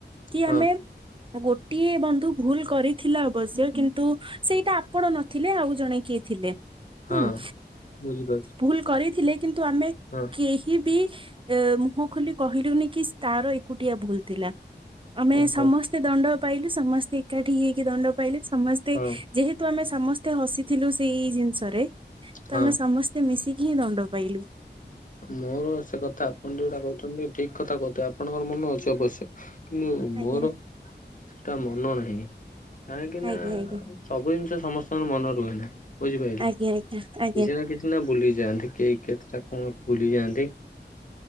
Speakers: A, on the right; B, on the left.
A: କି
B: ହଁ
A: ଆମେ ଗୋଟିଏ ବନ୍ଧୁ ଭୁଲ କରିଥିଲା ଅବଶ୍ୟ କିନ୍ତୁ ସେଇଟା ଆପଣ ନ ଥିଲେ। ଆଉ ଜଣେ କିଏ ଥିଲେ
B: ହଁ
A: ହୁଁ
B: ବୁଝିପାରୁଛି
A: ଭୁଲ କରିଥିଲେ କିନ୍ତୁ ଆମେ
B: ହଁ।
A: କେହି ବି ମୁହଁ ଖୋଲି କହିଲୁନି କି ତାର ଏକୁଟିଆ ଭୁଲ ଥିଲା। ଆମେ
B: ଓହୋ
A: ସମସ୍ତେ ଦଣ୍ଡ ପାଇଲୁ ସମସ୍ତେ ଏକାଠି ହେଇକି ଦଣ୍ଡ ପାଇଲୁ ସମସ୍ତେ
B: ହଁ
A: ଯେହେତୁ ଆମେ ସମସ୍ତେ ହସିଥିଲୁ। ସେଇ ଜିନିଷରେ ତ
B: ହଁ।
A: ଆମେ ସମସ୍ତେ ସମସ୍ତେ ମିଶିକି ହିଁ ଦଣ୍ଡ ପାଇଲୁ।
B: ମୋର ସେ କଥା ଆପଣ ଯୋଉଟା କହୁଛନ୍ତି ଠିକ କଥା କହୁଥିଲେ ଆପଣଙ୍କର ମନ ଅଛି ଅବଶ୍ୟ କିନ୍ତୁ
A: ଆଜ୍ଞା
B: ମୋର ସେଟା ମନ ନାହିଁ କାହିଁକି ନା।
A: ଆଜ୍ଞା ଆଜ୍ଞା
B: ସବୁ ଜିନିଷ ସମସ୍ତଙ୍କର ମନ ରୁହେନାହି ବୁଝିପାରିଲେ
A: ଆଜ୍ଞା ଆଜ୍ଞା ଆଜ୍ଞା
B: କିଛି ନା କିଛି ଭୁଲିଯାଆନ୍ତି କେହି କେତେଟା କଣ ଭୁଲିଯାଆନ୍ତି।